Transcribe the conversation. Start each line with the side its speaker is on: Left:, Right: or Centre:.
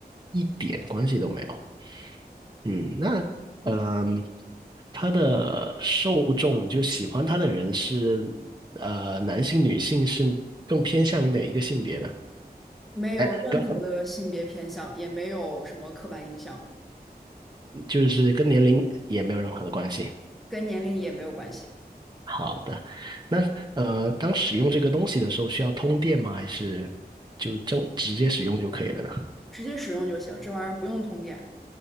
Right: 一点关系都没有。嗯，那嗯，它的受众就喜欢它的人是呃男性、女性是更偏向于哪一个性别呢？
Centre: 没有任何的性别偏向，
Right: 哎，跟
Centre: 也没有什么刻板印象，
Right: 就是跟年龄也没有任何的关系。
Centre: 跟年龄也没有关系，
Right: 好的，那呃，当使用这个东西的时候，需要通电吗？还是就正直接使用就可以了呢？
Centre: 直接使用就行。这玩意儿不用通电，